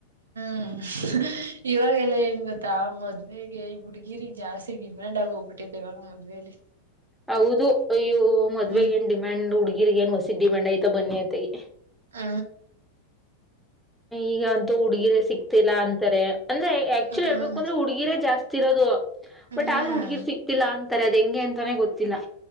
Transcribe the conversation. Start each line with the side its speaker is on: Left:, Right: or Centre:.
Right: ಹ್ಮ್ ಇವಾಗೆಲ್ಲಾ ಏನ್ ಗೊತ್ತಾ ಮದ್ವೆೆಗೆ ಹುಡ್ಗಿರಿಗೆ ಜಾಸ್ತಿ ಡಿಮ್ಯಾಂಡ್ ಆಗಿ ಹೋಗ್ಬಿಟ್ಟೆ ಟ್ಟ ಮದ್ವೇಲಿ
Centre: ಹೌದು ಅಯ್ಯೋ ಮದ್ವೆಗ
Right: ಹ್ಮ್
Centre: ಏನ್ ಡಿಮ್ಯಾಂಡ್ ಹುಡ್ಗಿರ್ಗ ಏನ್ ಹೊಸಿದ್ ಡಿಮ್ಯಾಂಡ್ ಆಯ್ತಾ ಬನ್ನಿ ಯತೆಗೆ
Right: ಹ
Centre: ಈಗ ಅಂತೂ ಉುಡ್ಗಿರೆ ಸಿಗ್ತಿಲ್ಲ ಅಂತಾರೆ ಅಂದ್ರೆ ಆಕ್ಚುಲಿ
Right: ಹ್ಮ್
Centre: ಹೇಳ್ಬೇಕು ಅಂದ್ರೆ ಹುಡ್ಗಿರೆ ಜಾಸ್ತಿ ರೋದು
Right: ಹ್ಮ್
Centre: ಬಟ್ ಆದ್ರೂ ಹುಡ್ಗಿರ್ ಸಿಕ್ತಿಲ್ಲ ಅಂತಾರೆ ಅದ ಹೆಂಗೆ ಅಂತಾನೆ ಗೊತ್ತಿಲ್ಲ